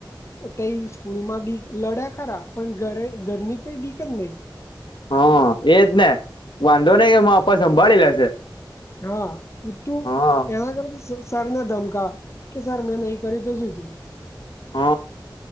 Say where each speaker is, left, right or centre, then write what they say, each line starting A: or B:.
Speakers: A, on the left; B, on the left.
A: ત સ્કૂલ માં બી લડ્યા ખરા પણ ઘરે ઘરની કોઈ બીક જ નહી.
B: હ એજ ને વાંધો નઈમાંપા સંભાળી લેશે.
A: હા પ તું
B: હા
A: એના કરતા. સરને ધમકા કે સર મેં નહી કરી તો શું થયું.
B: હ